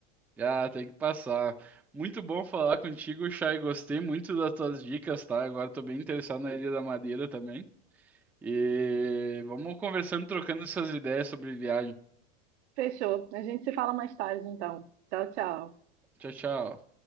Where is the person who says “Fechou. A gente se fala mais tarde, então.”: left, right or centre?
Right